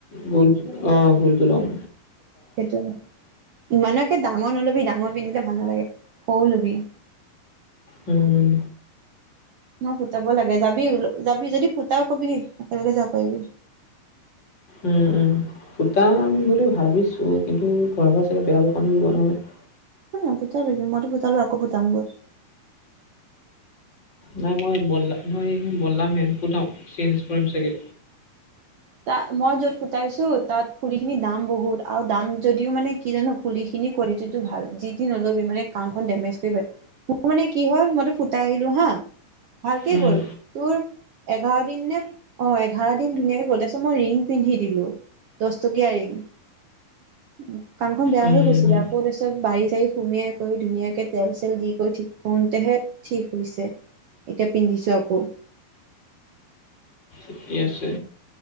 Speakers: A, on the left (about 35°); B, on the right (about 85°).
A: গো অ গোলটো লগাম
B: সেইটো ইমানকে ডাঙৰ নল'বি ডাঙৰ পিন্ধিলে ভাল নালাগে সৰু লবি
A: উম
B: মই ফুটাব লাগে যাবি যাবি যদি ফুটাও কবি একেলগে যাব পাৰিবি
A: উম উম ফুটাম বুলি ভাবিছোঁ কিন্তু ঘৰ পৰা <unintelligible>
B: <unintelligible>
A: নাই মই বলা মই এইখিনি বদলাম সেনকোঠাও চেঞ্জ কৰিম চাগে
B: ত মই য'ত ফুটাইছো তাত ফুলি খিনি দাম বহুত আৰু দাম যদিও মানে কি জান পুলিখিনি কোৱালিটিটো ভাল যি দি নল'বি মানে কাখন ডেমেজ কৰি পেলাই মোৰ মানে কি হল মইতো ফুটাই আহিলো হা ভালকে
A: উম,
B: গ'ল তোৰ এঘাৰ দিন নে অ' এঘাৰ দিন ধুনীয়াকে গ'ল ত মই ৰিং পিন্ধি দিলো দহটকীয়া ৰিং উ কাণ খন বেয়া
A: উম।
B: হৈ গৈছিলে আকৌ চব বাৰি চাৰি সুমিয়াই কৰি ধুনীয়াকে তেল চল দি কৰি ঠিক কৰোতেহে ঠিক হৈছে এতিয়া পিন্ধিছো আকৌ
A: ঠিকে আছে